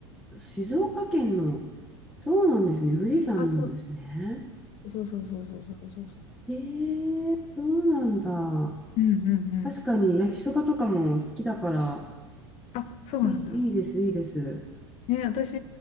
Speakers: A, in the centre; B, on the left.
A: 静岡県の、そうなんですね。富士山なんですね。
B: あ、そう、そうそうそうそうそうそうそう。
A: ええそうなんだ。
B: うんうんうん。
A: 確かに焼きそばとかも好きだから、
B: あ、そうなんだ。
A: いい、いいです、いいです。
B: ね、私、